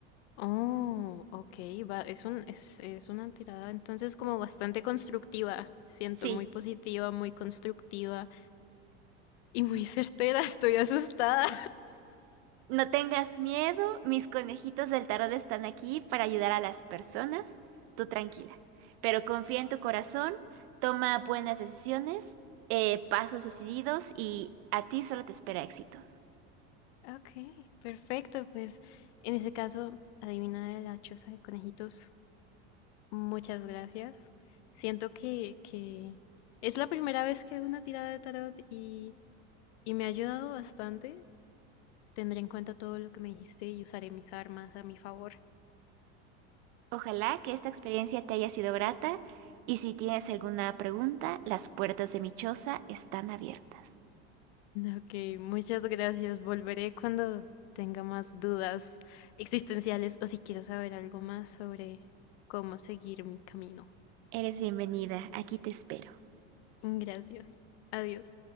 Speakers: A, on the left (about 75°); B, on the right (about 60°).
A: Oh, ok, va, es un, es, es una tirada entonces como bastante constructiva. Siento
B: Sí,
A: muy positiva, muy constructiva y muy certera. <laughs> Estoy asustada.
B: no tengas miedo, mis conejitos del tarot están aquí para ayudar a las personas, tú tranquila, pero confía en tu corazón, toma buenas decisiones, eh, pasos decididos y a ti solo te espera éxito.
A: Ok, perfecto. Pues en ese caso, adivina de la choza de conejitos. Muchas gracias. Siento que, que es la primera vez que hago una tirada de tarot y, y me ha ayudado bastante. Tendré en cuenta todo lo que me dijiste y usaré mis armas a mi favor.
B: Ojalá que esta experiencia te haya sido grata y si tienes alguna pregunta, las puertas de mi choza están abiertas.
A: Ok, muchas gracias. Volveré cuando tenga más dudas existenciales o si quiero saber algo más sobre cómo seguir mi camino.
B: Eres bienvenida, aquí te espero.
A: Gracias. Adiós.